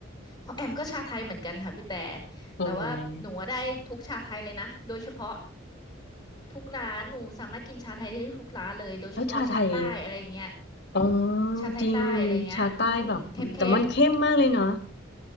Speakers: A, on the left; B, on the left.
A: ของแอมก็ชาไทยเหมือนกันค่ะพี่แต่
B: โอ้ย
A: แต่ว่าหนูอะได้ทุกชาไทยเลยนะโดยเฉพาะทุกร้านหนูสามารถกินชาไทยได้ทุกร้านเลยโดยเฉพาะชาใต้อะไรเงี้ย
B: แล้วชาไทยอ๋อ
A: ชาไทยใต้อะไรเงี้ยอืมเข้มเข้ม
B: จริงชาใต้แบบแต่มันเข้มมากเลยนะ